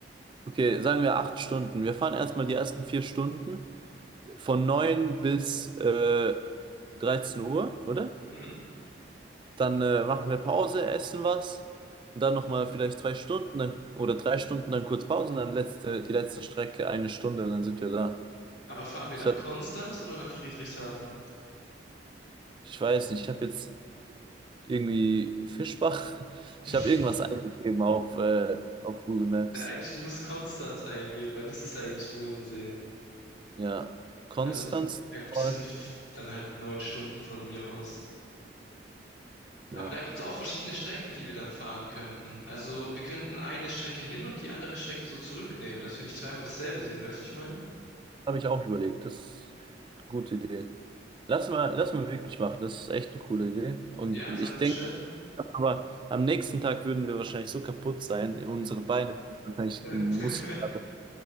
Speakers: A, on the right; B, on the left.
A: Okay, sagen wir acht Stunden. Wir fahren erstmal die ersten vier Stunden. Von 9 bis äh, 13 Uhr, oder?
B: Mhm.
A: Dann äh, machen wir Pause, essen was und dann nochmal vielleicht zwei Stunden dann, oder drei Stunden, dann kurz Pause und dann letzte, die letzte Strecke eine Stunde und dann sind wir da.
B: Aber fahren wir
A: Das
B: nach
A: hat,
B: Konstanz oder nach Friedrichshafen?
A: ich weiß nicht, ich habe jetzt irgendwie Fischbach, <laughs> ich
B: <laughs>
A: habe irgendwas eingegeben auf, äh, auf Google Maps.
B: Ja, eigentlich, du musst Konstanz eingeben, weil das ist eigentlich Bodensee.
A: Ja, Konstanz,
B: Also, d- ja gut,
A: Ort,
B: das sind f- dann halt neun Stunden von mir aus.
A: ja,
B: Aber da gibt's auch verschiedene Strecken, die wir dann fahren könnten. Also, wir könnten eine Strecke hin und die andere Strecke so zurücknehmen, dass wir nicht zweimal dasselbe sehen, weißt du, ich mein?
A: habe ich auch überlegt, das ist eine gute Idee. Lass mal, lass mal wirklich machen, das ist echt eine coole Idee und
B: Ja, sag
A: ich
B: Bescheid.
A: denke, Aber am nächsten Tag würden wir wahrscheinlich so kaputt sein, in unsere Beine wahrscheinlich
B: <laughs>
A: Muskelkater,